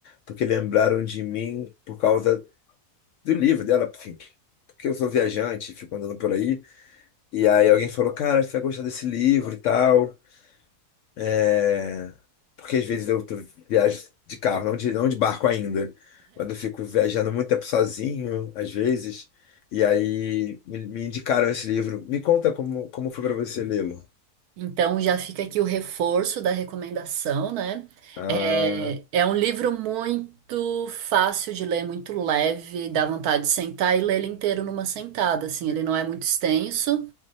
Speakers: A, on the left; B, on the right.
A: porque lembraram de mim por causa do livro dela, enfim. Porque eu sou viajante, fico andando por aí. E aí alguém falou, cara, você vai gostar desse livro e tal. É, Porque às vezes eu tô- viajo de carro, não de, não de barco ainda. Quando eu fico viajando muito tempo sozinho, às vezes. E aí me, me indicaram esse livro. Me conta como, como foi para você lê-lo.
B: Então já fica aqui o reforço da recomendação, né?
A: Ah,
B: É, é um livro muito fácil de ler, muito leve, dá vontade de sentar e ler ele inteiro numa sentada, assim, ele não é muito extenso.